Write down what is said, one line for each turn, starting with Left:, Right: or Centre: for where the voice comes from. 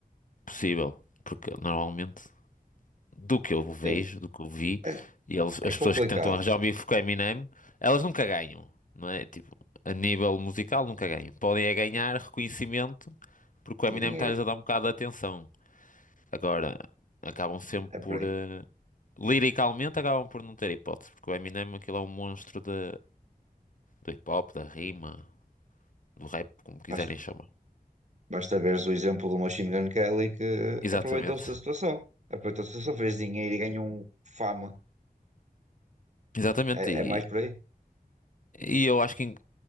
Left: possível, porque normalmente, do que eu vejo,
Right: Sim,
Left: do que eu vi,
Right: é,
Left: e eles, as
Right: é complicado.
Left: pessoas que tentam arranjar um bife com Eminem, elas nunca ganham, não é? Tipo, a nível musical nunca ganham. Podem é ganhar reconhecimento porque o
Right: E
Left: Eminem
Right: dinheiro,
Left: está-lhes a dar um bocado de atenção. Agora, acabam sempre
Right: é
Left: por.
Right: por aí.
Left: eh, liricalmente, acabam por não ter hipótese, porque o Eminem aquilo é um monstro de, do hip hop, da rima, do rap, como quiserem
Right: Faz
Left: chamar.
Right: Basta veres o exemplo do Machine Gun Kelly que
Left: Exatamente.
Right: aproveitou-se da situação. Aproveitou-se da situação, fez dinheiro e ganhou um fama.
Left: Exatamente.
Right: É,
Left: E,
Right: é mais por aí.
Left: e eu acho que. em-